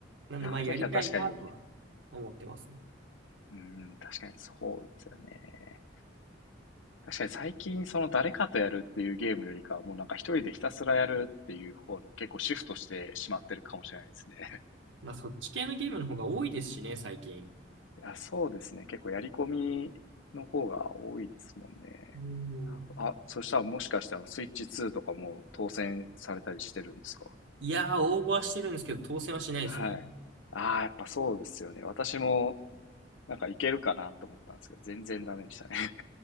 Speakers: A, on the right; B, on the left.
A: なんで、
B: やあの時は確かに、
A: まあ、やりたいなとは思ってますね。
B: うん、確かにそうですよね。確かに最近その誰かとやるっていうゲームよりかは、もうなんか一人でひたすらやるっていう方に結構シフトしてしまってるかもしれないですね。<laughs>
A: まあ、そっち系のゲームの方が多いですしね、最近。
B: いや、そうですね。結構やり込みの方が多いですもんね。
A: うん。
B: あ、そしたらもしかしたらスイッチ2とかも当選されたりしてるんですか
A: いやー、応募はしてるんですけど、当選はしないですね。
B: はい。ああ、やっぱそうですよね。私もなんかいけるかなと思ったんですけど、全然ダメでしたね。